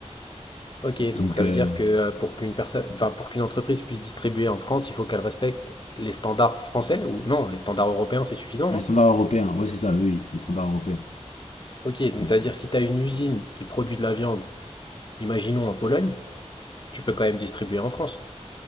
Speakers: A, on the left (about 40°); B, on the left (about 70°).
A: Ok, donc
B: Donc,
A: ça
B: euh,
A: veut dire que euh, pour qu'une personne, enfin pour qu'une entreprise puisse distribuer en France, il faut qu'elle respecte les standards français ou non, les standards européens, c'est suffisant,
B: les
A: non?
B: standards européens, ouais, c'est ça, oui, oui, les standards européens.
A: Ok, donc
B: Mm.
A: ça veut dire si tu as une usine qui produit de la viande imaginons en Pologne, tu peux quand même distribuer en France.